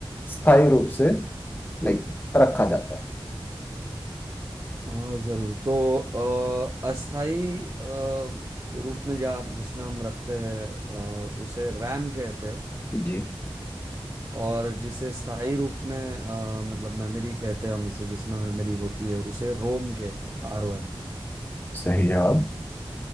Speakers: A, on the left (about 20°); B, on the right (about 30°).
A: स्थायी रूप से लाइक रखा जाता है
B: हाँ जरूर तो अ, अस्थाई अ, रूप में जा जिसमें हम रखते हैं अ, उसे रैम कहते हैं
A: जी
B: और जिसे स्थाई रूप में अ, मतलब मेमोरी कहते हैं हम इसे जिसमें मेमोरी होती है उसे रोम कहते हैं आर ओ एम
A: सही जवाब